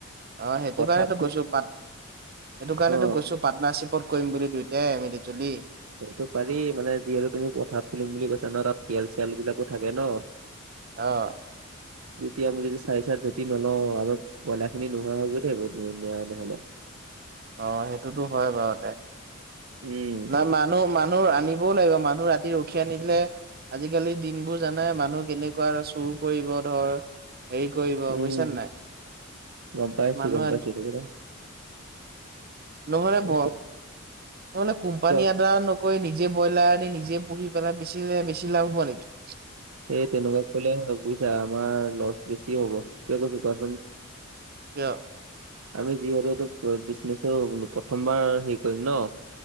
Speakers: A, on the right; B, on the right.
A: অ', সেইটো
B: পথাৰত
A: কাৰণেতো
B: খু
A: কৈছোঁ পাত সেইটো কাৰণেতো
B: অ
A: কৈছো পাৰ্টনাৰশ্বিপত কৰিম বুলি দুইোটাই, মিলি জুলি।
B: সেইটো পাৰি। মানে যিহেতু তুমি পথাৰাত খুলিম বুলি কৈছা ন তাত শিয়েল চিয়ালবিলাকো থাকে ন'!
A: অ'।
B: এতিয়া যদি চাই, চাই ভেটি নলওঁ আমাৰ বইলাখিনি নোহোৱা হৈ গৈ থাকিব <unintelligible> নহ'লে।
A: অ', সেইটোতো হয়, বাৰুতে
B: উম
A: নাই মানুহ, মানুহ আনি শুবও লাগিব, মানুহ ৰাতি ৰখিয়া নিদিলে আজিকালি দিনবোৰ জানাই মানুহ কেনেকুৱা আৰু চুৰ কৰিব ধৰ! হেৰি কৰিব
B: উম
A: বুইছা নে নাই!
B: গম পাইছো
A: মানুহ আনি
B: <inaudible>
A: নহ'লে
B: তাৰপিছত
A: <unintelligible> মানে কোম্পানী
B: কোৱা,
A: এটা নত কৈ নিজে ব্ৰইলাৰ আনি নিজে পুহি পেলাই বেচিলে বেছি লাভ হ'ব নিকি?
B: এই তেনেকুৱা কৰিলে এ, বুইছা আমাৰ লছ বেছি হ'ব। কিয় কৈছোঁ কোৱাচোন!
A: কিয়?
B: আমি যিহেতু এইটো বিজনেছো প্ৰথম বাৰ হেৰি কৰিম ন।